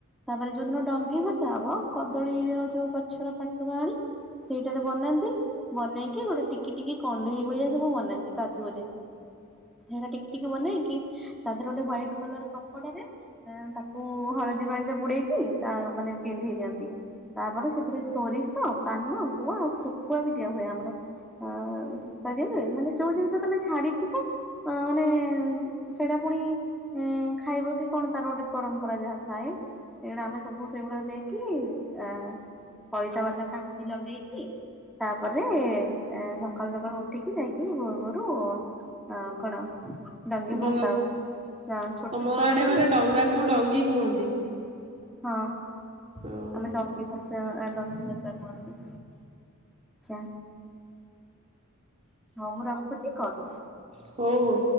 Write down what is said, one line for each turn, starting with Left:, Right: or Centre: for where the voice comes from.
Centre: ତାପରେ ଯୋଉଦିନ ଡଙ୍ଗି ଭସା ହବ, କଦଳୀର ଯୋଉ ଗଛର ପାଟୁଆ ଆଣି ସେଇଟାରେ ବନାନ୍ତି। ବନେଇକି ଗୋଟେ ଟିକି ଟିକି କଣ୍ଢେଇ ଭଳିଆ ସବୁ ବନାନ୍ତି କାଦୁଅରେ। ସେଇଟା ଟିକି ଟିକି ବନେଇକି ତା ଦେହରେ ଗୋଟେ ହ୍ଵାଇଟ କଲର କପଡ଼ା ରେ ତାକୁ ହଳଦୀ ପାଣିରେ ବୁଡ଼େଇ କି ତା ମାନେ ପିନ୍ଧେଇ ଦିଅନ୍ତି। ତାପରେ ସେ ସେରେ ସୋରିଷ, ପାନ, ଗୁଆ ଆଉ ଶୁଖୁଆ ବି ଦିଆ ହୁଏ ଆମର। ହ ଶୁଖୁଆ ଦିଆ ହୁଏ। ମାନେ ଯୋଉ ଜିନିଷ ତମେ ଛାଡି଼ଥିବ ଅ ମାନେ ସେଇଟା ପୁଣି ଉଁ ଖାଇବ କି କଣ ତାର ଗୋଟେ ପରମ୍ପରା ଯାହା ଥାଏ ସେଇ ଗୁଡ଼ା ଆମେ ସବୁ ସେଇ ଗୁଡ଼ା ଦେଇକି ଆ ପଳିତା ବାଲା କାଠି ଲଗେଇକି ତାପରେ ସକାଳୁ ସକାଳୁ ଉଠିକି ଯାଇକି ଭୋରୁ ଭୋରୁ ଅ କଣ? ଡଙ୍ଗି ଭସାଉ।
Right: ଡଙ୍ଗା
Centre: ହଁ ଛୋଟ
Right: ତମର
Centre: ଛୁଆ ମାନେ
Right: ଆଡ଼େ
Centre: ତ ବେଶୀ।
Right: ଡଙ୍ଗାକୁ ଡଙ୍ଗି କୁହନ୍ତି
Centre: ହଁ
Right: ହଁ
Centre: ଆମେ ଡଙ୍ଗି ଭସା, ଡଙ୍ଗି ଭାସା କୁହନ୍ତି। ଆଚ୍ଛା। ହଉ ମୁଁ ରଖୁଛି କରୁଛି।
Right: ହଉ ହଉ।